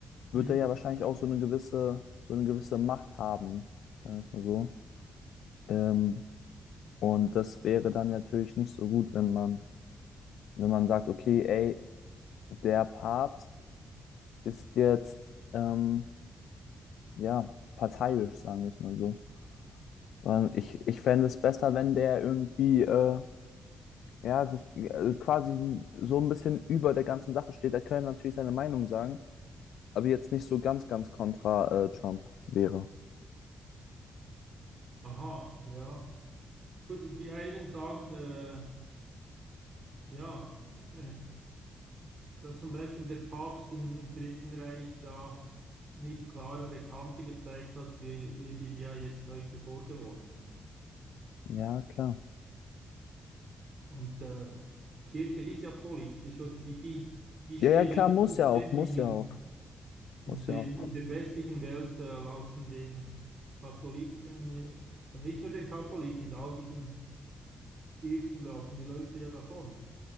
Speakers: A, on the left; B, on the right.
A: wird
B: hm,
A: er ja wahrscheinlich auch so eine gewisse, so eine gewisse Macht haben, sagen wir es mal so. Ähm, und das wäre dann natürlich nicht so gut, wenn man, wenn man sagt, okay, ey, der Papst ist jetzt, ähm, ja, parteiisch, sagen wir es mal so. Sondern ich, ich fände es besser, wenn der irgendwie, äh, ja, sich äh, quasi so ein bisschen über der ganzen Sache steht. Er könnte natürlich seine Meinung sagen, aber jetzt nicht so ganz, ganz kontra, äh, Trump wäre.
B: aha, ja. Gut, die einen sagen, äh, ja, ich meine. dass zum Beispiel der Papst im, im Dritten Reich da nicht klarere Kante gezeigt hat, wie wird ihm ja jetzt heute vorgeworfen.
A: Ja, klar.
B: Und äh, Kirche ist ja politisch, oder die, die, die stehen
A: Ja, ja, klar,
B: ja nicht
A: muss
B: über
A: ja auch,
B: den
A: muss
B: Dingen.
A: ja auch,
B: Und
A: muss ja
B: den,
A: auch.
B: in der westlichen Welt äh, laufen den Katholiken, äh, und nicht nur den Katholiken, all diesen Kirchen laufen die Leute ja davon.